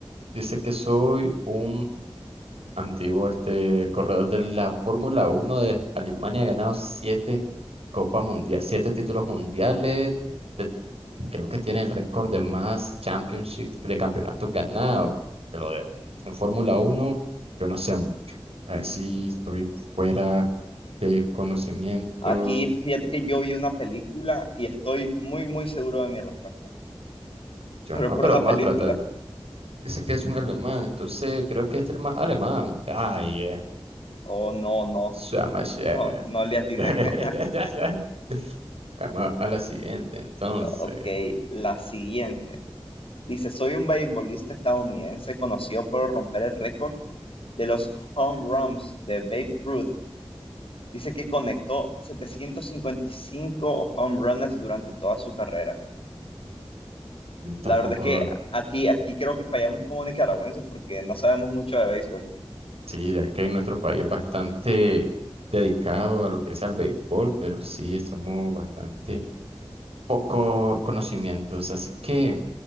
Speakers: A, on the right; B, on the left.
A: Dice que soy un antiguo este corredor de la Fórmula Uno de Alemania, ha ganado siete Copa Mundial, siete títulos mundiales. te- Creo que tiene el récord de más championship de campeonatos ganados. Te lo debo. En Fórmula Uno, yo no sé mucho. Ahí sí estoy fuera de conocimiento.
B: Aquí fíjate que yo vi una película y estoy muy, muy seguro de mi respuesta.
A: Yo
B: Pero
A: no,
B: por
A: pero
B: una
A: vamos
B: película.
A: a tratar. Dice que es un alemán, entonces creo que es el más alemán. Ay, eh,
B: Oh, no, no,
A: Summer Shack.
B: no, no le atiné.
A: <laughs>
B: <laughs>
A: Vamos a la siguiente, entonces.
B: Ok, la siguiente. Dice, soy un beisbolista estadounidense conocido por romper el récord de los home runs de Babe Ruth. Dice que conectó 755 home runs durante toda su carrera. La
A: Tampoco,
B: verdad es que aquí, aquí creo que fallamos como nicaragüenses porque no sabemos mucho de béisbol.
A: sí, ya que nuestro país es bastante dedicado a lo que es al béisbol, pero sí, somos bastante poco conocimientos. Así que